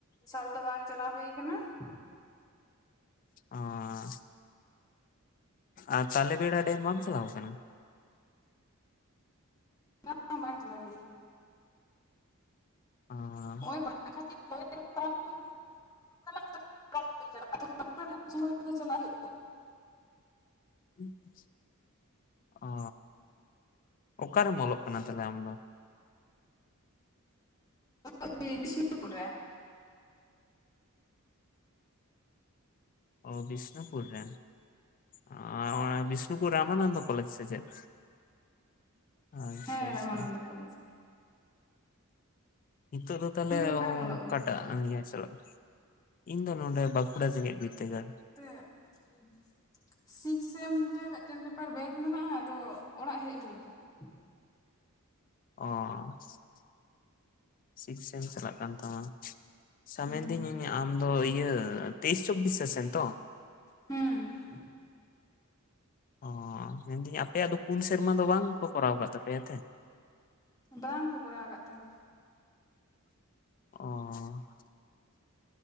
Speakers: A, on the left (about 15°); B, on the left (about 40°).
A: ᱥᱟᱞ ᱫᱚ ᱵᱟᱝ? ᱪᱟᱞᱟᱣ ᱦᱩᱭ ᱟᱠᱟᱱᱟ ᱾
B: ᱚᱸᱻ ᱟᱨ, ᱛᱟᱦᱚᱞᱮ ᱵᱮᱲᱟ ᱰᱮᱢ ᱵᱟᱢ? ᱪᱟᱞᱟᱣ ᱟᱠᱟᱱᱟ ᱾
A: ᱵᱟᱝ, ᱵᱟᱝ ᱪᱟᱞᱟᱣ ᱦᱩᱭ ᱟᱠᱟᱱᱟ ᱾
B: ᱚᱸᱻᱻ,
A: ᱱᱚᱜ-ᱚᱭ <unintelligible> ᱯᱟᱲᱦᱟᱣ ᱠᱷᱟᱹᱛᱤᱨ <unintelligible> <unintelligible> ᱪᱟᱞᱟᱣ ᱦᱩᱭᱩᱜ,
B: <inaudible> ᱚᱻ ᱚᱠᱟᱨᱮᱢ ᱚᱞᱚᱜ ᱠᱟᱱᱟ ᱛᱟᱞᱦᱮ ᱟᱢ ᱫᱚ?
A: <unintelligible> ᱵᱤᱥᱱᱩᱯᱩᱨ ᱨᱮ᱾
B: ᱚᱼ ᱵᱤᱥᱱᱩᱯᱩᱨ ᱨᱮ, ᱟᱼᱟᱱᱮ ᱵᱤᱥ ᱱᱩᱯᱩᱨᱮ ᱨᱟᱢᱟᱱᱚᱱᱫᱚ ᱠᱚᱞᱡᱽ ᱥᱮ ᱪᱮᱫ? ᱟᱪᱪᱷᱟ
A: ᱦᱮᱸ
B: ᱟᱪᱪᱷᱟ
A: ᱨᱟᱢᱟᱱᱚᱱᱫᱚ
B: ᱾
A: ᱠᱚᱞᱮᱡᱽ,
B: ᱱᱤᱛᱚᱜ ᱫᱚ ᱛᱟᱞᱮ
A: ᱟᱢᱫᱚ ᱚᱠᱟᱨᱮᱢ ᱚᱞᱚᱜ ᱜᱮᱭᱟ
B: ᱠᱟᱴᱟᱜ ᱚᱦᱼᱦᱚ ᱤᱭᱟᱸᱨ ᱪᱟᱞᱟᱜ ᱠᱟᱱᱟ ᱾ ᱤᱧ ᱫᱚ ᱱᱚᱰᱮ ᱵᱟᱸᱠᱩᱲᱟ ᱡᱮᱱᱮᱛ ᱵᱤᱨᱫᱚᱜᱟᱲ
A: ᱯᱮᱜ <inaudible> ᱥᱤᱠᱥᱮᱢ ᱨᱮ ᱢᱤᱫᱴᱮᱱ ᱯᱮᱯᱟᱨ ᱵᱮᱠ ᱢᱮᱱᱟᱜᱼᱟ, ᱟᱫᱚ ᱚᱲᱟᱜ ᱦᱮᱡ ᱦᱩᱭ ᱠᱟᱱᱟ ᱾
B: ᱚᱻ, <inaudible> <unintelligible> ᱥᱤᱠᱥᱢ ᱪᱟᱞᱟᱜ ᱠᱟᱱ ᱛᱟᱢᱟ ᱾ ᱥᱟᱢᱮᱫᱤᱧ
A: ᱦᱩᱸ
B: ᱤᱧ ᱟᱢᱫᱚ ᱤᱭᱟᱹ ᱛᱮᱭᱤᱥ ᱪᱚᱵᱵᱤᱥ ᱥᱮᱥᱮᱱ ᱛᱚ?
A: ᱦᱩᱸᱻ,
B: ᱚᱸᱻ ᱢᱮᱱᱫᱟᱹᱧ ᱟᱯᱮᱭᱟᱜ ᱫᱚ ᱯᱩᱱ ᱥᱮᱨᱢᱟ ᱫᱚ ᱵᱟᱝ ᱠᱚ ᱠᱚᱨᱟᱣ ᱠᱟᱫ ᱛᱟᱯᱮᱭᱟ ᱛᱮ
A: ᱵᱟᱝ ᱠᱚ ᱠᱚᱨᱟᱣ ᱟᱠᱟᱫ ᱛᱟᱷᱟᱞᱮ᱾
B: ᱚ